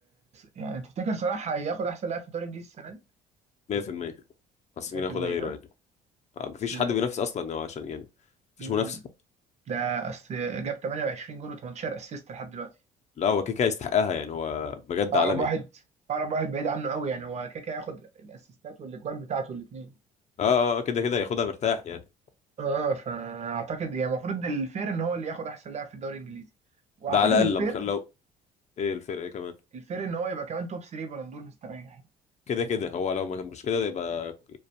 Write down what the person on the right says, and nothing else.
يعني تفتكر صلاح هياخد احسن لاعب في الدوري الانجليزي السنه دي
100%
ها
اصل
ده
مم.
ده اصل جاب 28 جون و18 اسيست لحد دلوقتي
اقرب
واحد اقرب واحد بعيد عنه قوي يعني هو كاكا هياخد الاسيستات والاجوان بتاعته الاثنين
اه فاعتقد يعني المفروض الفير ان هو اللي ياخد احسن لاعب في الدوري الانجليزي واعتقد
الفير
الفير ان هو يبقى كمان توب 3 بلندور مستريح يعني